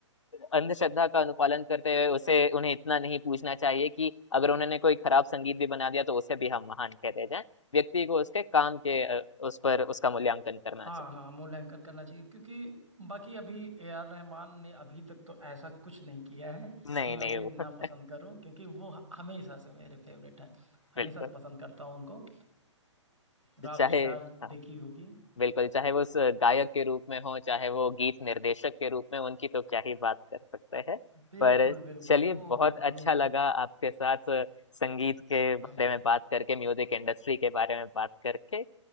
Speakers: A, on the left (about 70°); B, on the right (about 90°).
A: अंधश्रद्धा का अनुपालन करते हुए उसे उन्हें इतना नहीं पूछना चाहिए कि अगर उन्होंने कोई खराब संगीत भी बना दिया तो उसे भी हम महान कहते जाएं व्यक्ति को उसके काम के अ, उस पर उसका मूल्यांकन करना
B: हाँ
A: चाहिए
B: हाँ मूल्यांकन करना चाहिए क्योंकि बाकी अभी ए आर रहमान ने अभी तक तो ऐसा कुछ नहीं किया है
A: नहीं
B: कि मैं
A: नहीं
B: उन्हें
A: वो
B: ना
A: <laughs>
B: पसंद करूं क्योंकि वो हमेशा से मेरे फेवरेट हैं हमेशा
A: बिल्कुल
B: से पसंद करता हूं उनको रॉक
A: चाहे
B: स्टार
A: हाँ
B: देखी होगी
A: बिल्कुल चाहे वो स- गायक के रूप में हो चाहे वो गीत निर्देशक के रूप में उनकी तो क्या ही बात कर सकते हैं
B: बिल्कुल
A: पर
B: बिल्कुल
A: चलिए
B: वो
A: बहुत
B: हमेशा
A: अच्छा लगा आपके साथ संगीत के
B: हाँ।
A: बारे में बात करके म्यूजिक इंडस्ट्री के बारे में बात करके